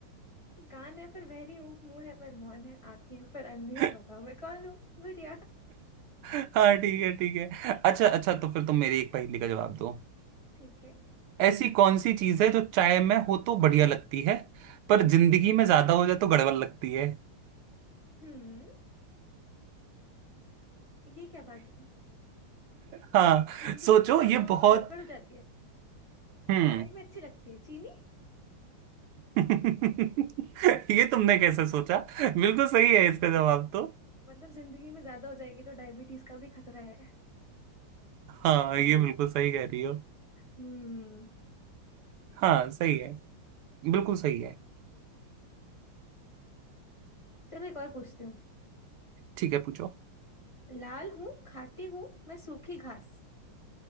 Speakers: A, on the left; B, on the right.
A: कान है पर बहरी हूँ मुंह है पर मौन है आंखें हैं पर अंधी
B: <laughs>
A: हूँ बताओ मैं कौन हूँ गुड़िया
B: हाँ ठीक है ठीक है अच्छा अच्छा तो फिर तुम मेरी एक पहेली का जवाब दो
A: ठीक है
B: ऐसी कौन सी चीज है जो चाय में हो तो बढ़िया लगती है पर जिंदगी में ज्यादा हो जाए तो गड़बड़ लगती है
A: हम्म ये क्या बात है
B: हाँ
A: जिंदगी
B: सोचो
A: में ज्यादा
B: ये
A: हो
B: बहुत
A: तो गड़बड़ हो जाती है
B: हम्म
A: चाय में अच्छी लगती है चीनी
B: <laughs> ये तुमने कैसे सोचा बिल्कुल सही है इसका जवाब तो
A: मतलब जिंदगी में ज्यादा हो जाएगी तो डायबिटीज का भी खतरा है
B: हाँ ये
A: ये
B: बिल्कुल सही कह रही हो
A: हम्म
B: हाँ सही है बिल्कुल सही है
A: चलो एक और पूछती हूँ
B: ठीक है पूछो
A: लाल हूँ खाती हूँ मैं सूखी घास